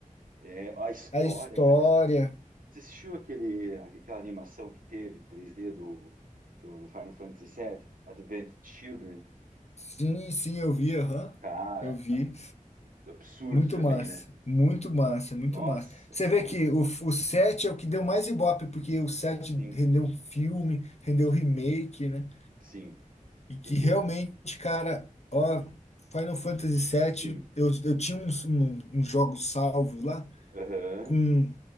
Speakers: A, on the right; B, on the left.
A: É, a história,
B: a história.
A: cara, a história. Você assistiu aquele, aquela animação que teve em três d do, do, do Final Fantasy VII, Advent Children?
B: Sim, sim, eu vi, aham.
A: Cara,
B: Eu vi.
A: ab- absurdo
B: Muito
A: também,
B: massa.
A: né?
B: Muito massa, muito
A: Nossa,
B: massa. Você
A: cara,
B: vê que o, o 7 é o que deu mais ibope, porque o 7
A: sim,
B: rendeu um filme, rendeu remake, né?
A: sim,
B: E que
A: entendeu?
B: realmente, cara, ó, Final Fantasy VII,
A: Sim,
B: eu, eu tinha uns, um- uns jogos salvos lá.
A: aham,
B: com